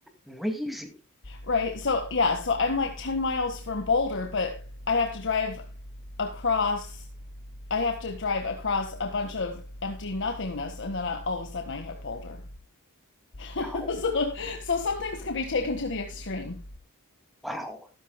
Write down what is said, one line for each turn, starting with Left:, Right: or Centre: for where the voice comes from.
Centre: crazy.
Left: Right. So yeah, so I'm like 10 miles from Boulder, but I have to drive across I have to drive across a bunch of empty nothingness and then I, all of a sudden I hit Boulder. <laughs>
Centre: Wow.
Left: so so some things can be taken to the extreme.
Centre: Wow.